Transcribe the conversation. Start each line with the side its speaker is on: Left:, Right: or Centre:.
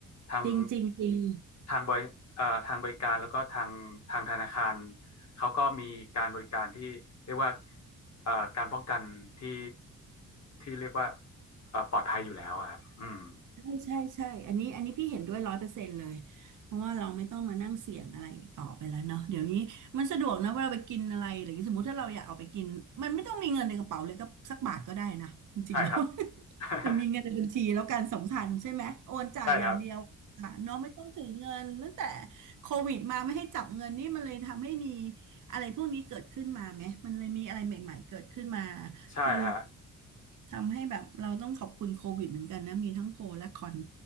Left: ทาง
Right: จริงจริงจริง
Left: ทางบริเอ่อทางบริการแล้วก็ทางทางธนาคารเขาก็มีการบริการที่เรียกว่าเอ่อการป้องกันที่ที่เรียกว่าเอ่อปลอดภัยอยู่แล้วอะครับอืม
Right: ใช่ใช่ใช่อันนี้อันนี้พี่เห็นด้วยร้อยเปอร์เซ็นต์เลยเพราะว่าเราไม่ต้องมานั่งเสี่ยงอะไรอีกต่อไปแล้วเนาะเดี๋ยวนี้มันสะดวกนะเวลาไปกินอะไรหรืออย่างสมมติถ้าเราอยากเอาไปกินมันไม่ต้องมีเงินในกระเป๋าเลยก็สักบาทก็ได้นะจริงๆ
Left: ใช่ครับ
Right: <laughs> แล้ว <laughs>
Left: <laughs>
Right: จะมีเงินในบัญชีแล้วการสำคัญใช่ไหมโอนจ่ายอย่างเดียวค่ะเนาะไม่ต้องถือเงินตั้งแต่
Left: ใช่ครับ
Right: โควิดมาไม่ให้จับเงินนี่มันเลยทำให้มีอะไรพวกนี้เกิดขึ้นมาไหมมันเลยมีอะไรใหม่ๆเกิดขึ้นมา
Left: ใช่ฮะ
Right: คือทำให้แบบเราต้องขอบคุณโควิดเหมือนกันนะมีทั้งโปรและคอน